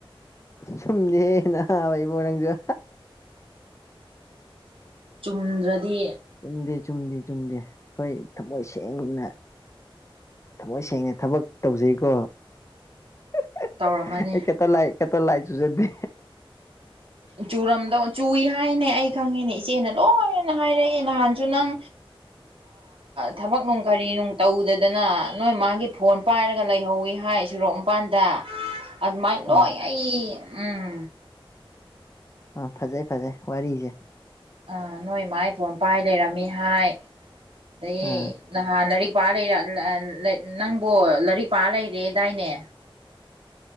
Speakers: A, on the left; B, on the right.
A: ꯆꯨꯝꯗꯦ ꯍꯦ ꯅꯥꯕ ꯏꯕꯣ ꯅꯪꯁꯨ
B: ꯆꯨꯝꯗ꯭ꯔꯗꯤ
A: ꯆꯨꯝꯗꯦ ꯆꯨꯝꯗꯦ ꯆꯨꯝꯗꯦ ꯑꯩꯈꯣꯏ ꯊꯃꯣꯏ ꯁꯦꯡꯅ ꯊꯃꯣꯏ ꯁꯦꯡꯅ ꯊꯕꯛ ꯇꯧꯖꯩꯀꯣ <unintelligible>
B: ꯇꯧꯔꯝꯃꯅꯤ
A: ꯑꯩ ꯀꯇꯜ ꯂꯥꯏ ꯀꯇꯜ ꯂꯥꯏ ꯆꯨꯖꯗꯦ
B: ꯆꯨꯔꯝꯗꯧ ꯆꯨꯏ ꯍꯥꯏꯅꯦ ꯑꯩ ꯈꯪꯉꯤꯅꯦ ꯏꯆꯦꯅ ꯂꯣꯏꯅ ꯍꯥꯏꯔꯛꯑꯦ ꯅꯍꯥꯟꯁꯨ ꯅꯪ ꯊꯕꯛ ꯅꯨꯡ ꯀꯔꯤ ꯅꯨꯡ ꯇꯧꯗꯗꯅ ꯅꯣꯏ ꯃꯥꯒꯤ ꯐꯣꯟ ꯄꯥꯏꯔꯒ ꯂꯩꯍꯧꯋꯤ ꯍꯥꯏ ꯁꯣꯔꯣꯛ ꯃꯄꯥꯟꯗ ꯑꯗꯨꯃꯥꯏꯅ
A: ꯑꯥ
B: ꯂꯣꯏ ꯑꯩ ꯎꯝ
A: ꯑ ꯐꯖꯩ ꯐꯖꯩ ꯋꯥꯔꯤꯖ
B: ꯑ ꯅꯣꯏ ꯏꯃꯥꯏ ꯐꯣꯟ ꯄꯥꯏ ꯂꯩꯔꯝꯃꯤ ꯍꯥꯏ ꯑꯗꯩ
A: ꯑꯥ
B: ꯅꯍꯥꯟ ꯂꯥꯏꯔꯤꯛ ꯄꯥ ꯂꯩꯔ ꯅꯪꯕꯨ ꯂꯥꯏꯔꯤꯛ ꯄꯥ ꯂꯩꯔꯦꯗꯥꯏꯅꯦ